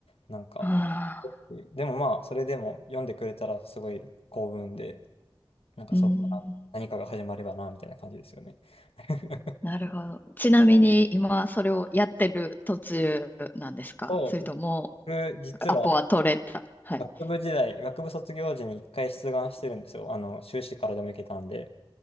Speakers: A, on the left; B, on the left.
A: なんか、
B: ああ、
A: でもまあ、それでも読んでくれたらすごい幸運で、なんかそこから何かが始まればな、
B: うーん。
A: みたいな感じですよね。<laughs>
B: なるほど。ちなみに今それをやってる途中なんですかそれとも
A: そう、僕、実は
B: アポは取れた。はい。
A: 学部時代、学部卒業時に一回出願してるんですよ。あの、修士からでも行けたんで。